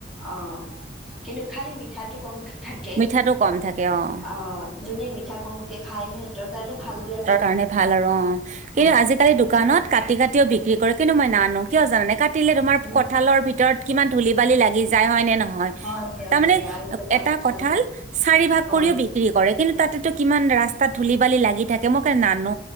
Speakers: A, in the centre; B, on the right.
A: অহ, কিন্তু খালি মিঠাটো কম থাকে
B: মিঠাটো কম থাকে অ'
A: অহ যোনে মিঠা কমকে খাই সিহঁতৰ কাৰণে ভাল দিয়াচোন।
B: সেইকাৰণে ভাল আৰু অ' কিন্তু
A: অ
B: আজিকালি দোকানত কাটি- কাটিও বিক্ৰী কৰে কিন্তু মই নানো কিয় জানানে কাটিলে তোমাৰ
A: উম
B: কঁঠালৰ ভিতৰত কিমান ধূলি বালি লাগি যায় হয় নে নহয়।
A: হয় দিয়া
B: তাৰমানে
A: হয় দিয়া আৰু পকা
B: এটা
A: কঠাল
B: কঁঠাল চাৰি ভাগ
A: অ
B: কৰি বিক্ৰী কৰে কিন্তু তাতেতো কিমান ৰাস্তা ধূলি বালি লাগি থাকে মোক নানো